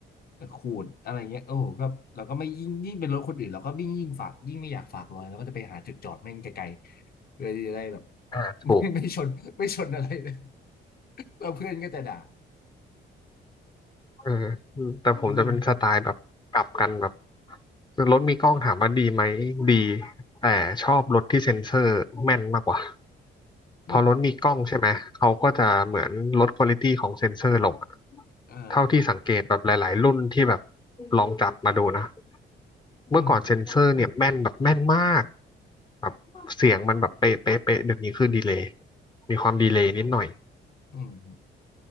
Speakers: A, on the left (about 50°); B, on the left (about 20°).
A: ขูดอะไรเงี้ยโอ้โหก็เราก็ไม่ยิ่งยิ่งเป็นรถคนอื่นเราก็ยิ่งยิ่งฝากยิ่งไม่อยากฝากรอยเราก็จะไปหาจุดจอดแม่งไกลๆเพื่อที่จะได้แบบ
B: <coughs> อ่าถูก
A: <laughs> ไม่ไม่ชนไม่ชนอะไรเลยเราเพื่อนก็จะด่า
B: เอออืมแต่ผมจะเป็นสไตล์แบบกลับกันแบบ
A: เราเพื่อน
B: รถมีกล้องถามว่าดีไหมดีแต่ชอบรถที่เซ็นเซอร์แม่นมากกว่าพอรถมีกล้องใช่ไหมเขาก็จะเหมือนลดควอลิตี้ของเซ็นเซอร์ลงอะ
A: มันเอ่อ
B: เท่าที่สังเกตแบบหลายๆรุ่นที่แบบลองจับมาดูนะ
A: อืม
B: เมื่อก่อนเซ็นเซอร์เนี่ยแม่นแบบแม่นมากแบบเสียงมันแบบเป๊ะเป๊ะเป๊ะเดี๋ยวนี้คือดีเลย์มีความดีเลย์นิดหน่อย
A: อืม